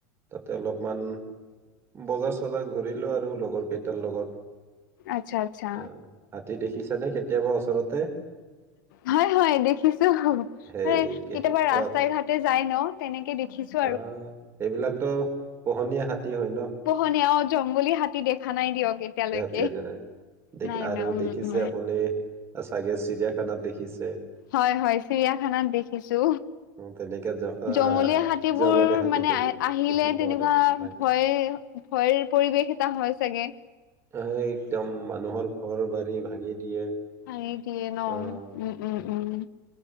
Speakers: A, on the right (about 25°); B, on the left (about 75°).
A: তাতে অলপমান বজাৰ চজাৰ ঘূৰিলেও আৰু আৰু লগৰ কেইটাৰ লগত
B: আ্ছা আচ্ছা
A: আহ হাতী দেখিছানে কেতিয়াবা ওচৰতে
B: হয় হয় দেখিছো
A: সেই
B: মানে
A: কি
B: কেতিয়াবা ৰাস্তাই
A: অত
B: ঘাটে যাই ন তেনেকে দেখিছো
A: আহ এইবিলাকতো পোহনীয়া হাতী হয় ন
B: পোহনীয়া অ জংগলী হাতী দেখা নাই দিয়ক এতিয়ালৈকে
A: তে নাই
B: নাই
A: আৰু
B: ন উম
A: দেখিছে
B: উম
A: আপুনি চাগে চিৰিয়া পানত দেখিছে
B: হয় হয় চিৰিয়াখানাত দেখিছো
A: অ তেনেকে জ আহ
B: জঙলীয়া হাত সেইবোৰ
A: জংগলী হাতী
B: মানে
A: দে
B: আহ আহিলে
A: দেখি পোৱা
B: তেনেকুৱা
A: নাই হয়
B: ভয় ভয়ৰ পৰিৱেশ এটা হয় চাগে
A: অ একদম মানুহৰ ঘৰ বা ভাঙি দিয়ে
B: উ সিয়ে ন
A: আহ
B: উম উম
A: হয়।
B: উম